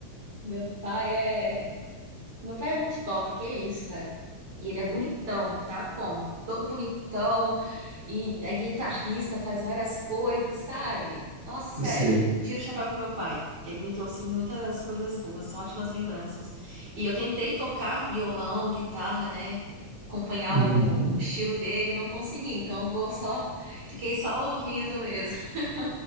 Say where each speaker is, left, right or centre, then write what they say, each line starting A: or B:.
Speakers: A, on the right (about 50°); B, on the right (about 15°).
A: Meu pai é. Meu pai é muito top, que é isso, cara. E ele é bonitão, tá? Como? Todo bonitão e é guitarrista, faz várias coisas, sabe? Nossa, sério,
B: eu sei.
A: tiro o chapéu pro meu pai. Ele me trouxe muitas coisas boas, ótimas lembranças. E eu tentei tocar violão, guitarra, né? Acompanhar
B: Uhum.
A: o, o estilo dele, não consegui. Então eu vou só, fiquei só ouvindo mesmo. <laughs>